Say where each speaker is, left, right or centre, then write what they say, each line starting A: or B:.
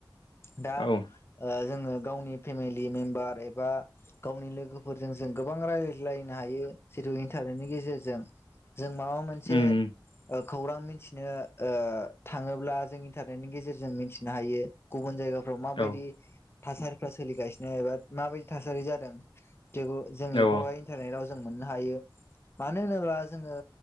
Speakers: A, on the left; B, on the left.
A: दा
B: औ
A: ओ जोङो गावनि फेमिलि मेम्बार एबा गावनि लोगोफोरजों जों गोबां रायलायलायनो हायो जितु इन्टारनेटनि गेजेरजों जों माबा मोनसे
B: उम
A: खौरां मिथिनो ओ थाङोब्ला जों इन्टारनेटनि गेजेरजों मिथिनो हायो। गुबुन जायगाफ्राव माबायदि
B: औ
A: थासारिफ्रा सोलिगासिनो एबा माबायदि थासारि जादों जों बेखौहाय
B: औ
A: इन्टारनेटआव जों मोननो हायो मानो होनोबा जोङो